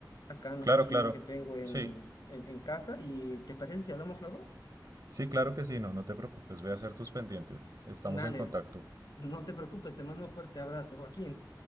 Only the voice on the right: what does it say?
claro,
claro.
Sí,
sí, claro que sí, no, no te preocupes, ve a hacer tus pendientes. Estamos
en contacto.